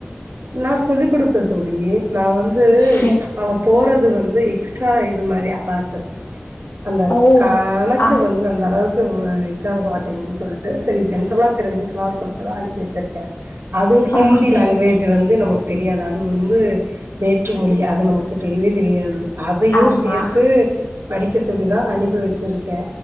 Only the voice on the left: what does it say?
செரி
ஓ
ஆ
ஓ செரி
ஆமா